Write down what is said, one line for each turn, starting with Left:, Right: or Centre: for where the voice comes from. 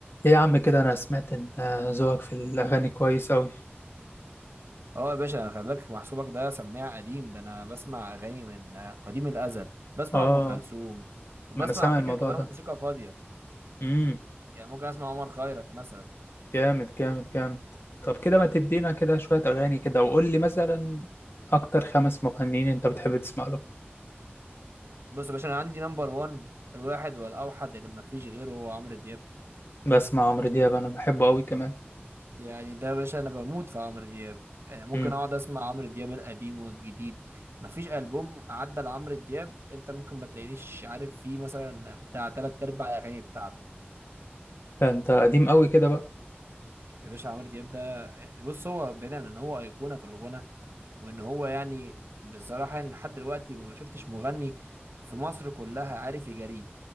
Left: ايه يا عم كده انا سمعت ان آه، ذوقك في الاغاني كويس اوي
Right: اه يا باشا انا خلي بالك محسوبك ده سماع قديم ده انا بسمع اغاني من قديم الازل بسمع
Left: اه
Right: ام كلثوم وبسمع
Left: ما انا سامع
Right: على فكره
Left: الموضوع
Right: كمان
Left: ده
Right: موسيقى فاضيه
Left: امم
Right: يعني ممكن اسمع عمر خيرت مثلا
Left: جامد جامد جامد طب كده ما تدينا كده شوية اغاني كده وقول لي مثلا اكتر خمس مغنيين انت بتحب تسمع له
Right: بص يا باشا انا عندي نمبر 1 الواحد والاوحد اللي ما فيش غيره هو عمرو دياب
Left: بسمع عمرو دياب انا بحبه اوي كمان
Right: يعني ده يا باشا انا بموت في عمرو دياب يعني ممكن
Left: امم
Right: اقعد اسمع عمرو دياب القديم والجديد ما فيش البوم عدى لعمرو دياب انت ممكن ما تلاقينيش عارف فيه مثلا بتاع تلات ارباع الاغاني بتاعته
Left: ده انت قديم اوي كده بقى
Right: يا باشا عمرو دياب ده يعني بص هو بعيدا ان هو ايقونه في الغنى وان هو يعني بصراحة يعني لحد دلوقتي ما ما شفتش مغني في مصر كلها عارف يجاريه